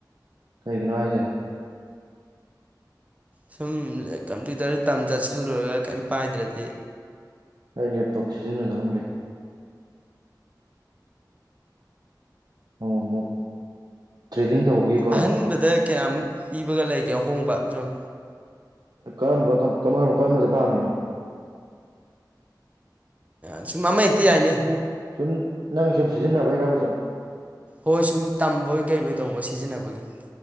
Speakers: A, on the right; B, on the right.
A: ꯀꯩꯒꯤꯅꯣ ꯍꯥꯏꯁꯦ
B: ꯁꯨꯝ ꯀꯝꯄ꯭ꯌꯨꯇꯔ ꯇꯝ ꯆꯠꯁꯜꯂꯨꯔꯒ ꯀꯩꯝ ꯄꯥꯏꯗ꯭ꯔꯗꯤ
A: ꯑꯩ ꯂꯦꯞꯇꯣꯞ ꯁꯤꯖꯤꯟꯅꯖꯂꯝꯕ ꯂꯩ ꯑꯣ ꯇ꯭ꯔꯦꯗꯤ ꯇꯧꯢꯀꯣ
B: ꯑꯍꯟꯕꯗ ꯀꯌꯥꯃꯨꯛ ꯄꯤꯕꯒ ꯂꯩꯒꯦ ꯑꯍꯣꯡꯕ ꯁꯨꯝ
A: ꯀꯔꯝꯕꯝꯕ ꯀꯔꯝꯕꯗ ꯄꯥꯝꯃꯤꯅꯣ
B: ꯁꯨꯝ ꯑꯃ ꯍꯦꯛꯇꯤ ꯌꯥꯏꯅꯤ
A: ꯁꯨꯝ ꯅꯪ ꯁꯨꯝ ꯁꯤꯖꯤꯟꯅꯕꯩꯔꯕ ꯁꯨꯝ
B: ꯍꯣꯏ ꯁꯨꯝ ꯇꯝꯕꯣꯏ ꯀꯩꯕꯣꯏ ꯇꯧꯕ ꯁꯤꯖꯤꯟꯅꯕꯒꯤ